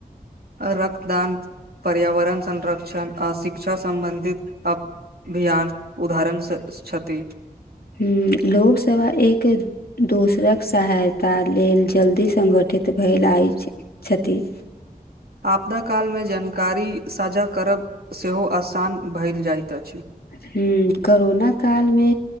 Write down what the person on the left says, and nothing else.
हूंम्म लोकसवा एक दोसरक सहायता लेल जल्दी संगठित भेल आयल छथि
हूंम्म करोना कालमे